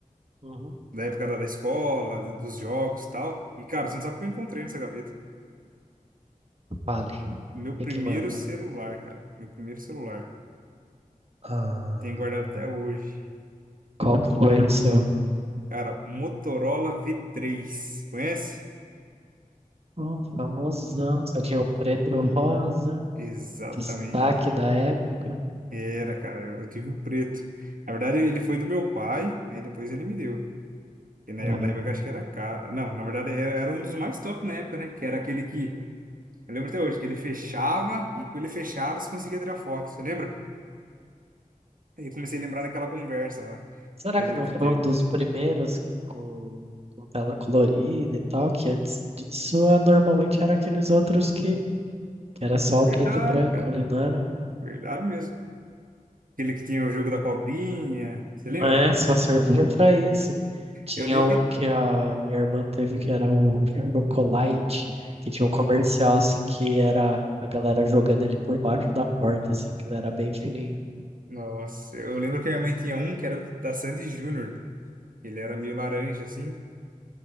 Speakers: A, on the right (about 45°); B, on the right (about 75°).
A: Uhum.
B: Da época da, da escola, de- dos jogos e tal. E, cara, você não sabe o que eu encontrei nessa gaveta.
A: Fale,
B: Meu
A: o que
B: primeiro
A: que manda?
B: celular, cara. Meu primeiro celular.
A: Ah,
B: Tenho guardado até hoje.
A: qual que foi o seu?
B: Cara, Motorola v três, conhece?
A: Oh, famosão, só tinha o preto e o rosa,
B: Exatamente.
A: destaque da época.
B: Era, cara, eu, eu tive o preto. Na verdade, ele foi do meu pai, aí depois ele me deu. E na,
A: Aham.
B: na época eu acho que era caro. Não, na verdade era, era um dos mais top na época, né? Que era aquele que, eu lembro até hoje, que ele fechava e com ele fechado você conseguia tirar foto, você lembra? Aí eu comecei a lembrar daquela conversa lá
A: Será
B: que a
A: que
B: gente
A: não foi
B: teve.
A: um dos primeiros com, com tela colorida e tal? Que antes disso ah, normalmente era aqueles outros que, que era só o
B: Verdade,
A: preto e branco
B: cara,
A: ali, não era?
B: verdade mesmo. Aquele que tinha o jogo da cobrinha, você lembra?
A: É, só servia pra isso. Tinha
B: Eu lembro
A: um que a minha irmã teve que era o Chocolate, que tinha um comercial assim que era a galera jogando ele por baixo da porta, assim, que ele era bem fininho.
B: Nossa, eu lembro que a minha mãe tinha um que era da Sandy Júnior. Ele era meio laranja, assim,